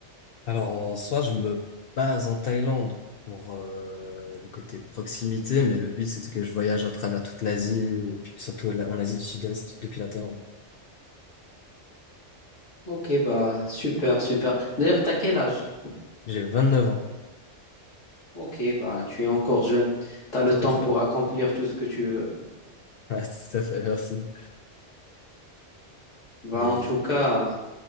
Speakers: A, on the left; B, on the left.
A: Alors en soi, je me base en Thaïlande pour euh, le côté proximité, mais le but c'est que je voyage à travers toute l'Asie, et puis surtout la- en Asie du Sud-Est depuis la Thaïlande.
B: Ok, bah, super, super. D'ailleurs, t'as quel âge?
A: J'ai 29 ans,
B: Ok, bah, tu es encore jeune. T'as le
A: tout
B: temps
A: à fait.
B: pour accomplir tout ce que tu veux.
A: Ouais, <laughs> tout à fait, merci.
B: Bah,
A: Et
B: en tout cas.